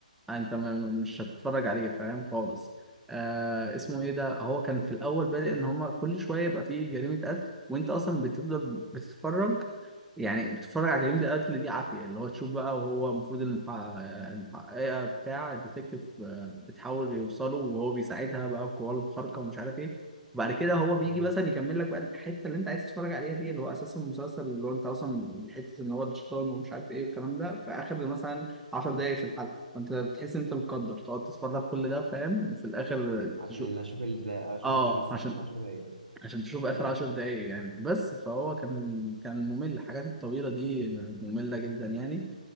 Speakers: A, in the centre; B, on the right (about 75°).
A: آه، انت م- مش هتتفرج عليه فاهم خالص آه اسمه ايه ده هو كان في الاول بادئ ان هما كل شويه يبقى فيه جريمه قتل وانت اصلا بتفضل بتتفرج يعني بتتفرج على جريمه القتل دي عافيه اللي هو تشوف بقى وهو المفروض المحقق- المحققه بتاع الديتكتيف آه، بتحاول يوصله وهو بيساعدها بقى بقواه الخارقه ومش عارف ايه وبعد كده هو بيجي
B: اه
A: مثلا يكمل لك بقى الحته اللي انت عايز تتفرج عليها دي اللي هو اساس المسلسل اللي هو انت اصلا حته ان هو الشيطان ومش عارف ايه والكلام ده في اخر مثلا 10
B: اه
A: دقايق في الحلقه انت بتحس ان انت مقدر تقعد تتفرج كل ده فاهم وفي الاخر
B: عشان
A: تشوف
B: اللي اشوف ال... عشان
A: اه
B: عشان اشوف
A: عشان
B: اخر 10 دقايق بس
A: عشان تشوف اخر عشر دقايق يعني بس فهو كان كان ممل الحاجات الطويله دي ممله جدا يعني